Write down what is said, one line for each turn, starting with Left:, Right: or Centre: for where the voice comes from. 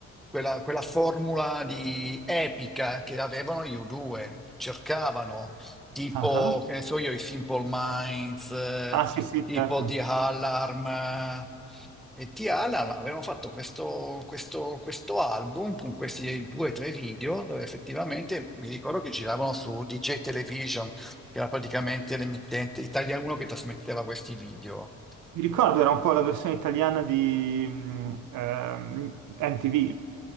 Centre: quella, quella formula di epica che avevano io due, cercavano tipo,
Right: Ah, ah.
Centre: che ne so io, i Simple Minds, eh,
Right: Ah, sì, sì,
Centre: tipo
Right: certo.
Centre: di Alarm eh, e T Alarm avevano fatto questo, questo- questo album con questi due o tre video dove effettivamente mi ricordo che giravano su DJ Television, che era praticamente l'emittente Italia 1 che trasmetteva questi video.
Right: Mi ricordo, era un po' la versione italiana di mh, ehm, MTV.